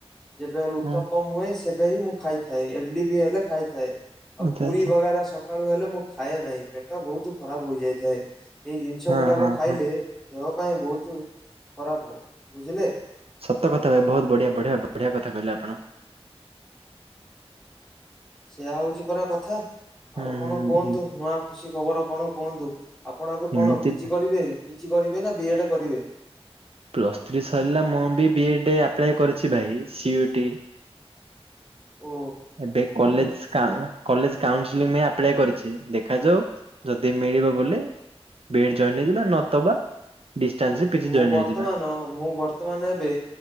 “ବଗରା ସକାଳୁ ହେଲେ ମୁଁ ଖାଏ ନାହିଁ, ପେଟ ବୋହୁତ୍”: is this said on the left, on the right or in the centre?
Centre